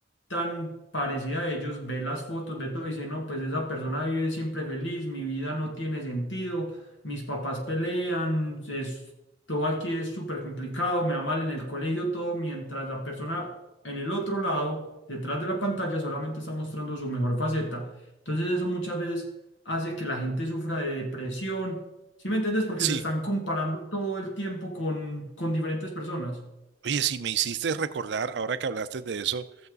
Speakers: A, on the left (about 80°); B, on the right (about 65°).
A: tan parecida a ellos, ve las fotos, ve todo y dice, no, pues esa persona vive siempre feliz, mi vida no tiene sentido, mis papás pelean, es, todo aquí es súper complicado, me va mal en el colegio, todo, mientras la persona en el otro lado, detrás de la pantalla, solamente está mostrando su mejor faceta. Entonces eso muchas veces hace que la gente sufra de depresión. ¿Sí me entiendes? Porque
B: Sí.
A: se están comparando todo el tiempo con, con diferentes personas.
B: Oye, si me hiciste recordar, ahora que hablaste de eso,